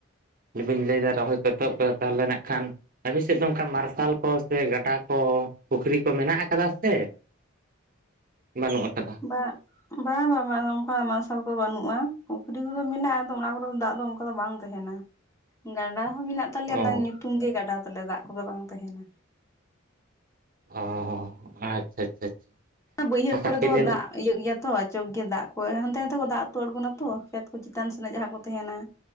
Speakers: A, on the right; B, on the left.
A: ᱡᱩᱫᱤ ᱵᱤᱱ ᱞᱟᱹᱭᱫᱟ ᱨᱚᱦᱚᱭ ᱠᱚ ᱮᱛᱚᱦᱚᱵ ᱛᱟᱦᱚᱞᱮ ᱱᱟᱜ ᱠᱷᱟᱱ ᱟᱵᱤᱱ ᱥᱮᱫ ᱫᱚ ᱚᱱᱠᱟ ᱢᱟᱨᱥᱟᱞ ᱠᱚ ᱥᱮ ᱜᱟᱰᱟ ᱠᱚ ᱯᱩᱠᱷᱨᱤ ᱠᱚ ᱢᱮᱱᱟᱜ ᱠᱟᱫᱟ ᱥᱮ ᱵᱟᱹᱱᱩᱜ ᱠᱟᱫᱟᱻ
B: ᱵᱟᱸ ᱵᱟ ᱵᱟᱝ ᱚᱱᱠᱟ ᱢᱟᱨᱥᱟᱞ ᱠᱚᱫᱚ ᱵᱟᱹᱱᱩᱜᱼᱟ ᱯᱩᱠᱷᱨᱤ ᱠᱚᱫᱚ ᱢᱮᱱᱟᱜᱼᱟ ᱟᱫᱚ ᱚᱱᱟ ᱠᱚᱨᱮ ᱫᱚ ᱫᱟᱜ ᱫᱚ ᱚᱱᱠᱟ ᱫᱚ ᱵᱟᱝ ᱛᱟᱦᱮᱱᱟ ᱜᱟᱰᱟ ᱦᱚᱸ ᱢᱮᱱᱟᱜ ᱛᱟᱞᱮᱭᱟ
A: ᱚ
B: ᱚᱱᱟ ᱧᱩᱛᱩᱢ ᱜᱮ ᱜᱟᱰᱟ ᱛᱟᱞᱮ ᱫᱟᱜ ᱠᱚᱫᱚ ᱵᱟᱝ ᱛᱟᱦᱮᱱᱟ
A: ᱦᱚᱸ ᱦᱚᱸ ᱟᱪᱪᱷᱟ ᱟᱪᱪᱷᱟ ᱟᱪᱪᱷᱟ
B: ᱵᱟᱹᱭᱦᱟᱹᱲ
A: ᱚᱱᱠᱟ
B: ᱠᱚᱨᱮ
A: ᱠᱮᱱᱮᱞ
B: ᱫᱚ ᱫᱟᱜ ᱤᱭᱟᱹᱜ ᱜᱮᱭᱟ ᱛᱚ ᱟᱪᱚᱠ ᱜᱮ ᱫᱟᱜ ᱠᱚ ᱦᱟᱸᱱᱛᱮ ᱱᱟᱛᱮ ᱠᱚ ᱫᱟᱜ ᱠᱚ ᱟᱬᱜᱚᱱᱟᱛᱚ ᱠᱷᱮᱛ ᱠᱚ ᱪᱮᱛᱟᱱ ᱥᱮᱱ ᱡᱟᱦᱟᱸ ᱠᱚ ᱛᱟᱦᱮᱸᱱᱟ,